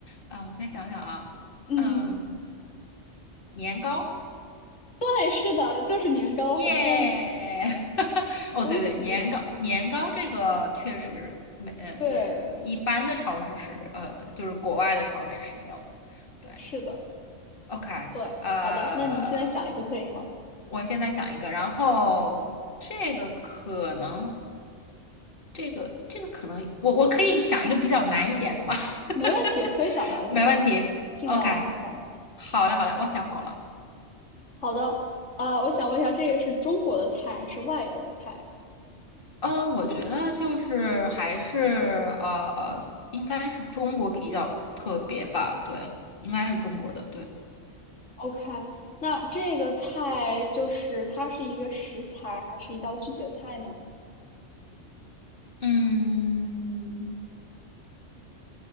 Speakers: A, on the left (about 45°); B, on the left (about 75°).
A: 啊，我再想想啊，
B: 嗯，
A: 嗯，年糕。
B: 对，是的，就是年糕，
A: 耶！
B: 很聪明，
A: <laughs> 哦，
B: 恭喜。
A: 对对，年糕年糕这个确实没，呃，
B: 对，
A: 就是一般的超市是，呃，就是国外的超市是没有的。对
B: 是的，
A: ，OK，
B: 对，
A: 呃，
B: 好的，那你现在想一个可以吗？
A: 我现在想一个，然后这个可能，这个这个可能，我我可以想一个比较难一点的吧，
B: 没问题，可以想难的，
A: <laughs> 没问题。
B: 我们尽量往后面猜。
A: OK，好嘞好嘞，我想好了。
B: 好的，呃，我想问一下，这个是中国的菜还是外国的菜
A: 呃，我觉得就是还是呃，应该是中国比较特别吧，对，应该是中国的，对，
B: ？OK，那这个菜就是它是一个食材还是一道具体的菜呢？
A: 嗯，